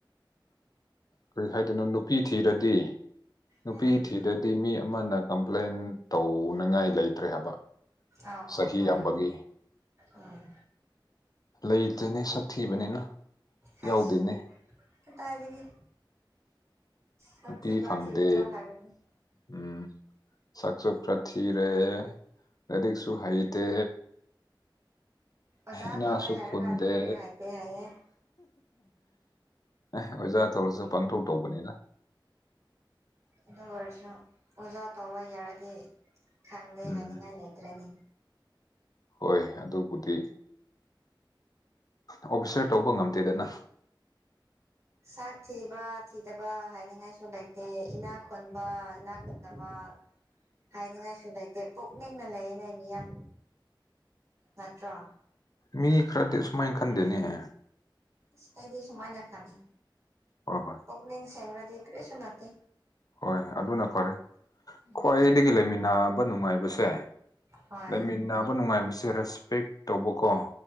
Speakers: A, on the left; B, on the right.
A: ꯀꯔꯤ ꯍꯥꯏꯗꯣꯏꯅꯣ ꯅꯨꯄꯤ ꯊꯤꯔꯗꯤ ꯅꯨꯄꯤ
B: ꯎꯝ
A: ꯊꯤꯗꯗꯤ ꯃꯤ ꯑꯃꯅ ꯀꯝꯄ꯭ꯂꯦꯟ ꯇꯧꯅꯤꯡꯉꯥꯏ ꯂꯩꯇ꯭ꯔꯦ ꯍꯥꯏꯕ
B: ꯑꯥꯎ
A: ꯆꯍꯤ
B: ꯑꯥꯎ ꯍꯣꯏ
A: ꯌꯥꯝꯕꯒꯤ
B: ꯎꯝ
A: ꯂꯩꯇꯦꯅꯦ ꯁꯛꯊꯤꯕꯅꯤꯅ
B: ꯍꯥꯁ
A: ꯌꯥꯎꯗꯦꯅꯦ
B: ꯀꯗꯥꯏꯗꯒꯤ ꯁꯛ
A: ꯅꯨꯄꯤ
B: ꯊꯤꯕ
A: ꯐꯪꯗꯦ
B: ꯊꯤꯗꯕ ꯍꯥꯏꯔꯅꯤ
A: ꯎꯝ ꯁꯛꯁꯨ ꯈꯔ ꯊꯤꯔꯦ ꯂꯥꯏꯔꯤꯛꯁꯨ ꯍꯩꯇꯦ
B: ꯑꯣꯖꯥ
A: ꯏꯅꯥꯁꯨ
B: ꯇꯧꯋꯦ ꯍꯥꯏꯔꯒ
A: ꯈꯨꯟꯗꯦ
B: ꯂꯥꯏꯔꯤꯛ ꯍꯩꯇꯦ ꯍꯥꯏꯌꯦ
A: ꯑꯣꯖꯥ ꯇꯧꯔꯁꯨ ꯄꯥꯡꯇꯧ ꯇꯧꯕꯅꯤꯗ
B: ꯑꯗꯨ ꯑꯣꯏꯔꯁꯨ ꯑꯣꯖꯥ ꯇꯧꯕ ꯌꯥꯔꯗꯤ ꯈꯪꯗꯦ
A: ꯎꯝ
B: ꯍꯥꯏꯅꯤꯡꯉꯥꯏ ꯂꯩꯇ꯭ꯔꯦꯅꯦ
A: ꯍꯣꯏ ꯑꯗꯨꯕꯨꯗꯤ ꯑꯣꯛꯁꯔ ꯇꯧꯕ ꯉꯝꯗꯦꯗꯅ
B: ꯁꯥꯛ ꯊꯤꯕ ꯊꯤꯗꯕ ꯍꯥꯏꯅꯤꯡꯉꯥꯏꯁꯨ ꯂꯩꯇꯦ ꯏꯅꯥ ꯈꯨꯟꯕ ꯏꯅꯥ ꯈꯨꯟꯗꯕ ꯍꯥꯏꯅꯤꯡꯉꯥꯏꯁꯨ ꯂꯩꯇꯦ ꯄꯨꯛꯅꯤꯡꯅ ꯂꯩꯌꯦꯅꯦ ꯃꯤ ꯌꯥꯝ ꯅꯠꯇ꯭ꯔꯣ
A: ꯃꯤ ꯈꯔꯗꯤ ꯑꯁꯨꯃꯥꯏ ꯈꯟꯗꯦꯅꯦꯍꯦ
B: ꯏꯁ ꯑꯩꯗꯤ ꯑꯁꯨꯃꯥꯏꯅ ꯈꯜꯂꯤ
A: ꯍꯣꯏ ꯍꯣꯏ
B: ꯄꯛꯅꯤꯡ ꯁꯦꯡꯗꯤ ꯀ꯭ꯔꯤꯁꯨ ꯅꯠꯇꯦ
A: ꯍꯣꯏ ꯑꯗꯨꯅ ꯐꯔꯦ
B: ꯎꯝ
A: ꯈ꯭ꯋꯥꯏꯗꯒꯤ ꯂꯩꯃꯤꯟꯅꯕ ꯅꯨꯡꯉꯥꯏꯕꯁꯦ
B: ꯍꯣꯏ
A: ꯂꯩꯃꯤꯟꯅꯕ ꯅꯨꯡꯉꯥꯏꯕꯁꯦ ꯔꯦꯁꯄꯦꯛ ꯇꯧꯕꯀꯣ